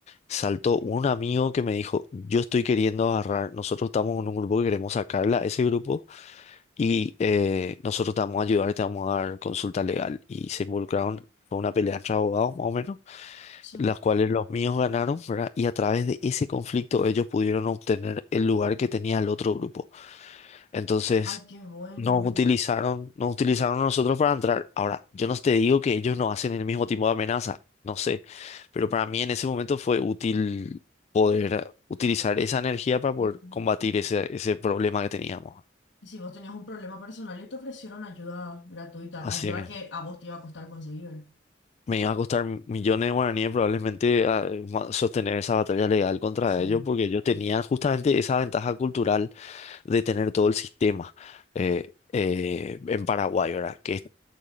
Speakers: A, on the left; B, on the left.
A: saltó un amigo que me dijo, yo estoy queriendo agarrar, nosotros estamos en un grupo que queremos sacarla, a ese grupo, y eh, nosotros te vamos a ayudar y te vamos a dar consulta legal. Y se involucraron, fue una pelea entre abogados más o menos,
B: Sí.
A: las cuales los míos ganaron, ¿verdad? Y a través de ese conflicto ellos pudieron obtener el lugar que tenía el otro grupo. Entonces,
B: Ay, qué bueno.
A: nos utilizaron, nos utilizaron a nosotros para entrar. Ahora, yo no te digo que ellos no hacen el mismo tipo de amenaza, no sé, pero para mí en ese momento fue útil poder utilizar esa energía para poder
B: Ujú.
A: combatir ese, ese problema que teníamos.
B: Y si vos tenías un problema personal y te ofrecieron ayuda gratuita,
A: Así
B: ayuda
A: mismo.
B: que a vos te iba a costar conseguir.
A: Me iba a costar millones de guaraníes probablemente ah, ma- sostener esa batalla legal contra
B: Sí,
A: ellos porque ellos tenían justamente esa ventaja cultural de tener todo el sistema eh, eh, en Paraguay, ¿verdad? Que es